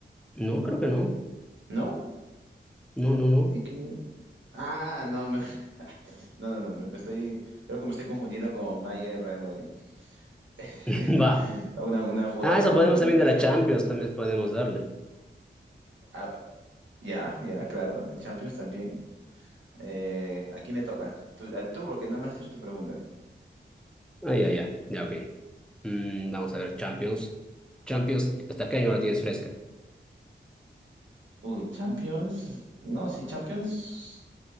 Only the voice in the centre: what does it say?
No, creo que no.
No, no, no.
<clears throat> Va.
Ah,
eso
podemos también
de la Champions, también podemos darle.
Ah, ya, ya. Ya, ok. Mm, vamos a ver, Champions. Champions, ¿hasta qué año la tienes fresca?